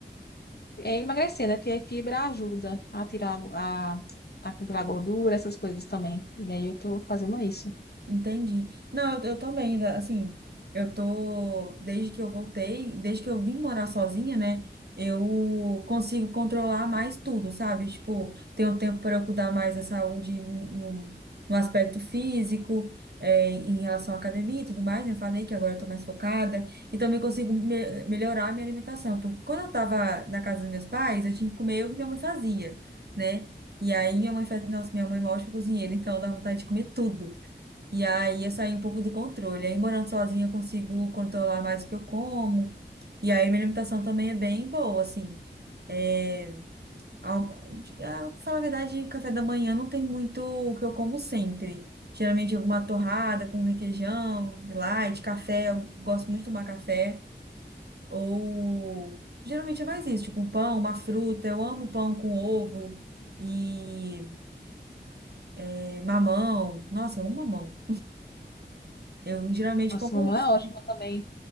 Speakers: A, on the left; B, on the right.
A: é, emagrecer, né? Porque a fibra ajuda a tirar a, a tirar gordura, essas coisas também. E aí eu tô fazendo isso.
B: Entendi. Não, eu, eu também, da- assim, eu tô, desde que eu voltei, desde que eu vim morar sozinha, né, eu consigo controlar mais tudo, sabe? Tipo, tenho tempo para eu cuidar mais da saúde no, no aspecto físico, é, em relação à academia e tudo mais, né? eu falei que agora eu tô mais focada, e também consigo me- melhorar a minha alimentação, porque quando eu tava na casa dos meus pais, eu tinha que comer o que minha mãe fazia, né? E aí minha mãe fazia, nossa, minha mãe é uma ótima cozinheira, então dá vontade de comer tudo. E aí eu saí um pouco do controle. Aí morando sozinha eu consigo controlar mais o que eu como. E aí minha alimentação também é bem boa, assim. É, ao- de- ah, pra falar a verdade, café da manhã não tem muito o que eu como sempre. Geralmente alguma torrada com requeijão, light, café. Eu gosto muito de tomar café. Ou geralmente é mais isso, tipo um pão, uma fruta. Eu amo pão com ovo e eh, mamão. Nossa, eu amo mamão. Eu geralmente
A: Nossa,
B: como
A: mamãe
B: isso.
A: é ótima também.